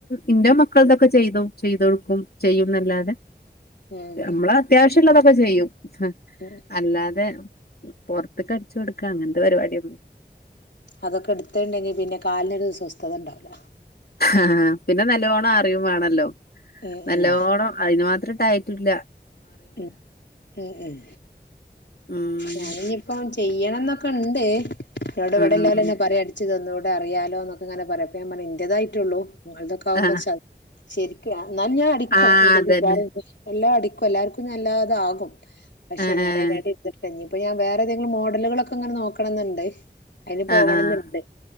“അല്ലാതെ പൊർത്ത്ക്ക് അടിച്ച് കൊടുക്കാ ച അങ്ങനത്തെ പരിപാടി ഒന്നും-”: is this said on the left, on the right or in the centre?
Left